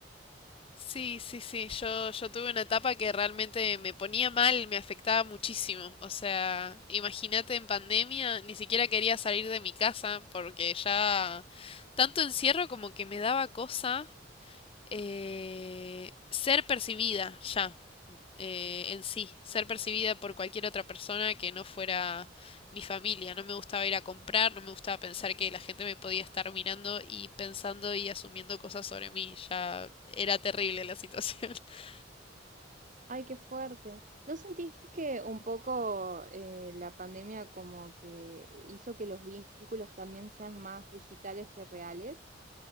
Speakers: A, on the left (about 30°); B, on the right (about 45°).
A: Sí, sí, sí, yo, yo tuve una etapa que realmente me ponía mal, me afectaba muchísimo. O sea, imagínate en pandemia, ni siquiera quería salir de mi casa porque ya tanto encierro como que me daba cosa eh, ser percibida ya. eh, en sí, ser percibida por cualquier otra persona que no fuera mi familia. No me gustaba ir a comprar, no me gustaba pensar que la gente me podía estar mirando y pensando y asumiendo cosas sobre mí. Ya era terrible la situación. <laughs>
B: Ay, qué fuerte. ¿No sentís que un poco eh, la pandemia como que hizo que los vínculos también sean más digitales que reales?